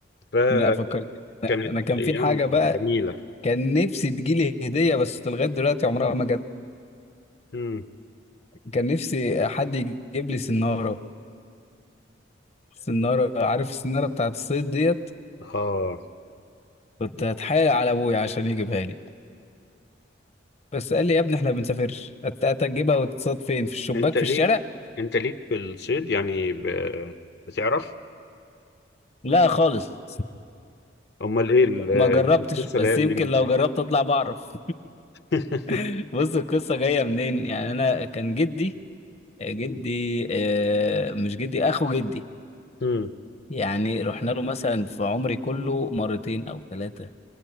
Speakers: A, on the left (about 60°); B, on the left (about 35°).
A: فكانت
B: لا فكرت انا أنا كان
A: ايام
B: في حاجة بقى
A: جميلة
B: كان نفسي تجيلي هدية بس لغاية دلوقتي عمرها ما جت
A: مم.
B: كان نفسي حد يجيب لي سنارة سنارة عارف السنارة بتاعت الصيد ديت
A: اه
B: كنت هتحايل على ابويا عشان يجيبها لي بس قال لي يا ابني احنا ما بنسافرش هت- هتجيبها وتتصاد فين في الشباك
A: انت ليك
B: في الشارع
A: انت ليك في الصيد يعني ب... بتعرف
B: لا خالص
A: امال ايه ال-
B: ما جربتش
A: القصه
B: بس
A: جايه منين
B: يمكن لو
A: طيب
B: جربت اطلع بعرف
A: <laughs>
B: <laughs> بص القصه جايه منين يعني انا كان جدي جدي
A: مم.
B: آه، مش جدي اخو جدي
A: مم.
B: يعني رحنا له مثلا في عمري كله مرتين او ثلاثه